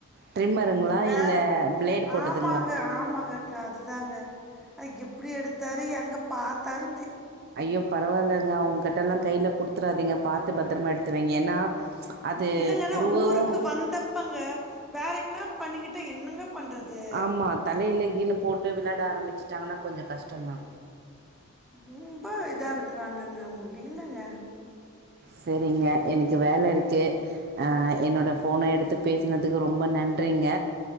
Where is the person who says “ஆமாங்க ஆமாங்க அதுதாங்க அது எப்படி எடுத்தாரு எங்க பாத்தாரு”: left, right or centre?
Centre